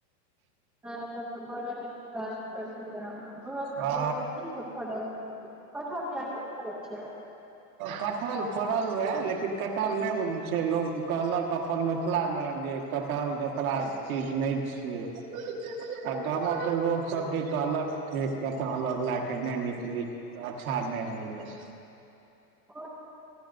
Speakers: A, in the centre; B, on the right (about 60°).
A: <unintelligible>
B: आ
A: <unintelligible>
B: कटहल फड़ल रह लेकिन कटहल नै बुझ छै लोग कहलक अपन मिथिला में जे कटहल जतरा कऽ चीज नै छियै <unintelligible>
A: हँ
B: आ गाम कऽ लोक सब भी कहलक कटहल लए केँ नै निकली अच्छा नै होइ
A: <unintelligible>